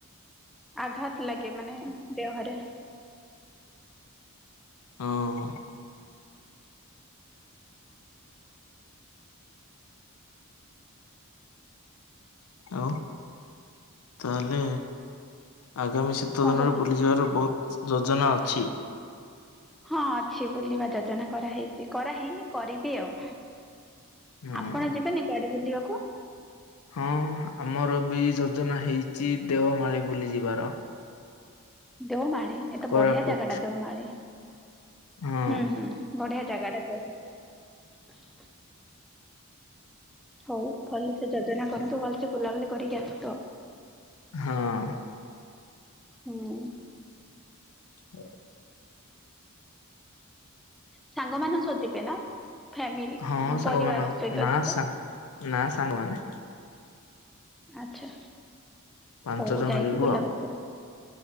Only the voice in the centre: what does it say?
ଆଘାତ ଲାଗେ ମାନେ ଦେହରେ।
କଣ
କହିବି
ହଁ ଅଛି ବୁଲିବା ଯୋଜନା କରାହେଇଛି କରାହେଇନି କରିବି ଆଉ।
ଆପଣ ଯିବେନି କୁଆଡେ ବୁଲିବାକୁ?
ଦେଓମାଳି ଏତେ
ବଢିଆ ଜାଗା ଟା ଦେଓମାଳି।
ହୁଁ ହୁଁ ବଢିଆ ଜାଗାଟ ଦେଓମାଳି। ହଉ ଭଲସେ ଯୋଜନା କରନ୍ତୁ ଭଲ। ବୁଲାବୁଲି କରିକି ଆସନ୍ତୁ ଆଉ।
ହୁଁ।
ସାଙ୍ଗ ମାନ ସହ ଯିବେ ନା? ଫ୍ୟାମିଲି,
ପରିବାର ସହିତ
ଯିବ?
ଆଛା
ହଉ
ଯାଇକି
ବୁଲା ବୁଲି କ